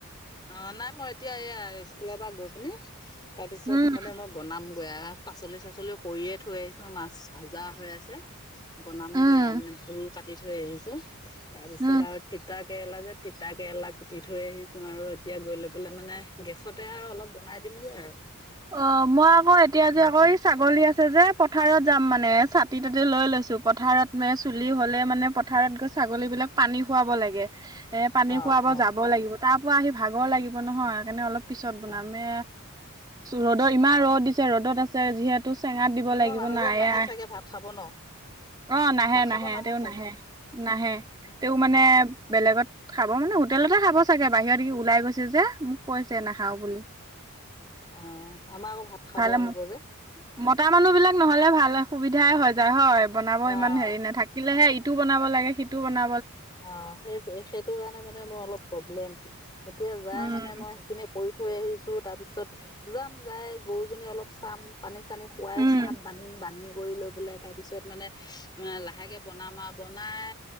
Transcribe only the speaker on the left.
অ', নাই মই এতিয়া এই স্কুলৰ পৰা গৈ পিনি, তাৰ পিছত
মানে মই বনাম <unintelligible> পাচলি-চাচলি কৰিয়ে থৈ আহিছো মাছ ভাজা হৈ আছে। বনাম
বেয়া মানে ভোল কাটি থৈ আহিছো, তাৰপিছত
আৰু তিতাক কেৰেলা যে তিতা কেৰেলা কুটি থৈ আহিছো আৰু এতিয়া গৈ লৈ পেলাই মানে গেছতে আৰু অলপ বনাই দিমগৈ আৰু।
পিনি
অ
অ
অ অ
তোমাৰ
মানুহজন
নাহে
চাগে ভাত খাব ন
ভাত খাব
চাগে
অ
অ আমাৰ আকৌ ভাত খাব
আহিব যে
অ
অ', সেইটোৱে সেইটো কাৰণে মানে মোৰ অলপ প্ৰব্লেম। এতিয়া যাই
মানে মই সেইখিনি কৰি থ থৈ আহিছো তাৰপিছত, যাম যাই গৰুজনী অলপ চাম, পানী পানী খুৱাই
চাম বান্ধিম বান্ধি কৰি লৈ পেলাই তাৰ পিছত মানে এ লাহেকে বনাম আৰু বনাই